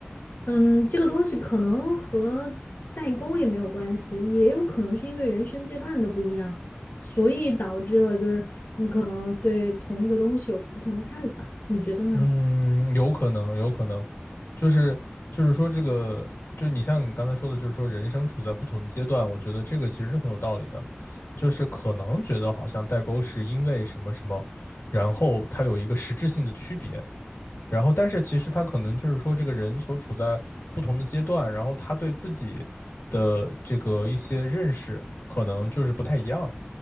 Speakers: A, on the left; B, on the left.
A: 嗯，这个东西可能和代沟也没有关系，也有可能是因为人生阶段的不一样，所以导致了就是你可能对同一个东西有不同的看法。你觉得呢？
B: 嗯，有可能，有可能，就是就是说这个，就是你像你刚才说的，就是说人生处在不同的阶段，我觉得这个其实是很有道理的。就是可能觉得好像代沟是因为什么什么，然后它有一个实质性的区别，然后，但是其实他可能就是说，这个人所处在不同的阶段，然后他对自己的这个一些认识，可能就是不太一样。